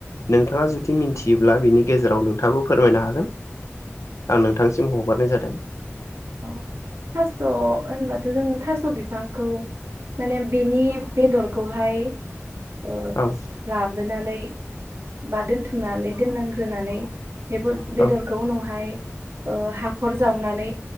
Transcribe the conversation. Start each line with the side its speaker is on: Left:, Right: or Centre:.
Left: नोंथाङा जुदि मिथियोब्ला बिनि गेजेराव नोंथाङाबो फोरमायनो हागोन आं नोंथांसिम हगारनाय जादों
Right: औ थास' होनबाथ' जों थास' बिफांखौ माने बिनि बेदरखौहाय ओ
Left: औ
Right: लाबोनानै बा दोनथुमनानै दोननांग्रोनानै <unintelligible> बेदरखौ
Left: औ
Right: उनावहाय ओ हाखर जावनानै